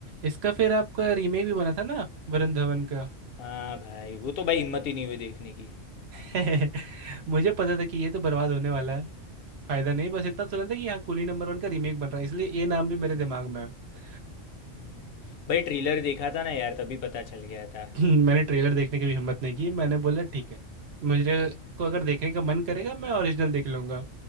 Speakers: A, on the right; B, on the left.
A: इसका फिर आपका रीमेक भी बना था ना वरुण धवन का
B: हाँ भाई वो तो भाई हिम्मत ही नहीं हुई देखने की
A: <laughs> मुझे पता था कि ये तो बर्बाद होने वाला है फायदा नहीं बस इतना सुना था कि हाँ कूली नंबर वन का रीमेक बन रहा है इसलिए ये नाम भी मेरे दिमाग में है <laughs>
B: हम्म। भाई ट्रेलर देखा था ना यार तभी पता चल गया था
A: <clears throat> मैंने ट्रेलर देखने की भी हिम्मत नहीं की मैंने बोला ठीक है मुझे को अगर देखने का मन करेगा मैं ओरिजिनल देख लूंगा